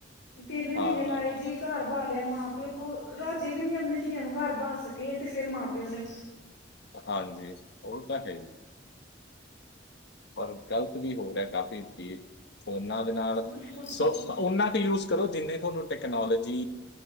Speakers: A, on the left; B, on the left.
A: ਤਿੰਨ ਮਹੀਨੇ
B: ਹਾਂ
A: ਲਾਏ ਜੀ ਘਰ ਬਾਲਿਆ ਮਾਂ ਪਿਓ ਉਹ ਰਾਜੇ ਵੀ ਨੀ ਆਪਣੇ ਧੀਆਂ ਨੂੰ ਘਰ ਬਹਾ ਸਕੇ ਤੇ ਫੇਿਰ ਮਾਂ ਪਿਓ ਨੇ
B: ਹਾਂਜੀ ਉਹ ਤਾਂ ਹੈ ਜੀ ਪਰ ਗਲਤ ਵੀ ਹੋ ਰਿਹਾ ਕਾਫ਼ੀ ਵ ਫੋਨਾਂ ਦੇ ਨਾਲ
A: ਬਿਲਕੁਲ ਬਿਲਕੁਲ
B: ਸ ਉਹਨਾਂ ਕੁ ਯੂਜ ਕਰੋ ਜਿੰਨੇ ਤੁਹਾਨੂੰ ਟੈਕਨੋਲੋਜੀ